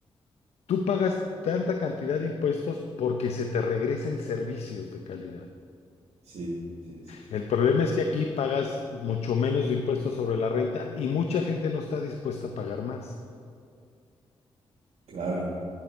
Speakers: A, on the left (about 75°); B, on the right (about 75°).
A: tú pagas tanta cantidad de impuestos porque se te regresen servicios de calidad.
B: Sí, sí, sí, sí,
A: El problema es que aquí pagas mucho menos de impuestos sobre la renta y mucha gente no está dispuesta a pagar más.
B: Claro.